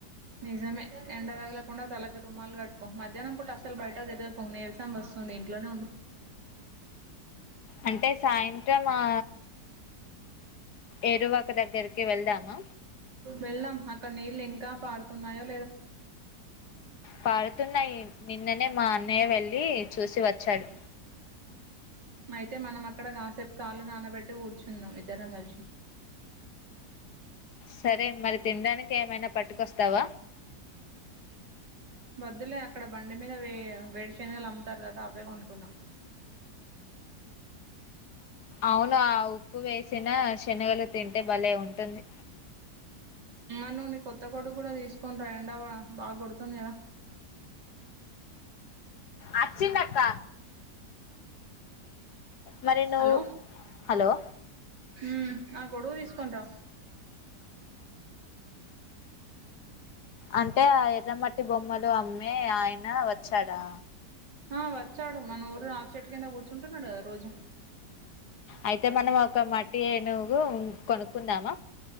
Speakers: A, on the right; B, on the left.
A: నిజమె ఎండ తగలకుండ తలకి రుమాలు కట్టుకో మధ్యాహ్నం పూట అస్సల్ బయట తిరగకో నీరసాం వస్తుంది ఇంట్లోనే ఉండు
B: అంటె సాయంత్రం ఆ ఏరువాక దగ్గరికి వెళ్దామా
A: వెళ్దాం అక్కడ్ నీళ్ళు ఇంకా పారు ఉన్నాయో
B: పారుతున్నాయి నిన్ననే మా అన్నయ్య వెళ్లీ చూసి వచ్చాడు
A: అయితె మనం అక్కడ కాసేప్ కాళ్ళు నానబెట్టి కూర్చుందం ఇద్దరం కల్సి
B: సరే మరి తిన్డానికి ఏమైనా పట్టుకొస్తావ
A: వద్దులే అక్కడ బండి మీద వే వేడిశనగలు అమ్ము తారు కదా అవె కొనుకుందాం
B: అవును ఆ ఉప్పు వేసిన శనగలు తింటె భలే ఉంటుంది
A: తినాలె కొత్త గొడుగ్ కూడ తీస్కొని ఎండా వ్వ బాగ్గొడుతు తున్యా
B: అచ్చి నక్క
A: <inaudible>
B: మరి నువ్వు
A: హలో
B: హలో
A: ఊ ఆ గొడుగ్ తీస్కొండ్ర
B: అంటే ఆ ఎర్రమట్టి బొమ్మలు అమ్మే ఆయన్ నా వచ్చాడా
A: ఆ వచ్చాడు మన ఊరు ఆప్ చెట్టు కింద కూర్చుంటన్నడు గదా రోజు
B: అయితే మనం ఒక మట్ ఏనుగు కొనుక్కుందామా